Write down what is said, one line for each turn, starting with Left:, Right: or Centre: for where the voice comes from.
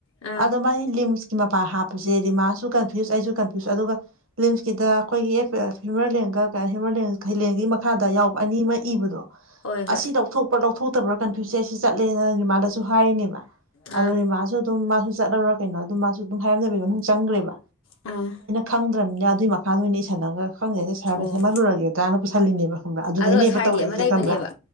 Left: ꯑꯥ
Right: ꯑꯗ ꯃꯥꯒꯤ ꯂꯤꯝ ꯃꯥꯄꯥ ꯍꯥꯞ ꯁꯦ ꯔꯤꯃꯥꯁꯨ ꯀꯟꯐ꯭ꯌꯨꯁ ꯑꯩꯁꯨ ꯀꯟꯐ꯭ꯌꯨꯁ ꯑꯗꯨꯒ ꯂꯤꯝꯁꯀꯤꯗ ꯑꯩꯈꯣꯏꯒꯤ ꯑꯦ ꯍ꯭ꯌꯨꯃꯔꯂꯦꯟꯒ ꯍ꯭ꯨꯃꯔꯂꯦꯟꯁꯒ <unintelligible> ꯃꯈꯥꯗ ꯌꯥꯎꯕ ꯑꯅꯤ ꯑꯃ ꯏꯕꯗꯣ
Left: ꯍꯣꯏ ꯍꯣꯏ
Right: ꯑꯁꯤ ꯂꯧꯊꯣꯛꯄ꯭ꯔꯥ ꯂꯧꯊꯣꯛꯇꯕ꯭ꯔꯥ ꯀꯟꯐ꯭ꯌꯨꯁꯁꯦ ꯑꯩꯁꯤ ꯆꯠꯂꯦꯅ ꯔꯤꯃꯥꯥꯗꯁꯨ ꯍꯥꯏꯔꯤꯅꯦꯕ
Left: ꯑꯥ
Right: ꯑꯗꯨ ꯔꯤꯃꯥꯁꯨ ꯑꯗꯨꯝ ꯃꯥꯁꯨ ꯆꯠꯂꯕꯔꯥ ꯀꯩꯅꯣ ꯑꯗꯨꯝ ꯃꯥꯁꯨ ꯑꯗꯨꯝ ꯍꯥꯏꯔꯝꯗꯕꯤꯗ ꯑꯗꯨꯝ ꯆꯪꯒꯔꯦꯕ
Left: ꯑꯥ
Right: ꯈꯪꯗ꯭ꯔꯝꯅꯤꯅ ꯑꯗꯨꯏ ꯃꯈꯥꯗ ꯑꯣꯏꯅ ꯏꯁꯜꯂꯒ ꯈꯪꯗꯦꯗ ꯁꯥꯔꯗ
Left: ꯑꯣ
Right: ꯁꯦꯝꯍꯜꯂꯨꯔꯒꯦꯗꯅ ꯄꯨꯁꯤꯜꯂꯤꯅꯦꯕ ꯈꯪꯕ꯭ꯔꯥ ꯑꯗꯨꯗꯩꯅꯦꯕ
Left: ꯑꯗꯣ ꯁꯥꯔꯒꯤ
Right: ꯇꯧꯔꯛꯏꯁꯦ
Left: ꯑꯃ ꯂꯩꯕꯅꯦꯕ
Right: ꯈꯪꯕ꯭ꯔꯥ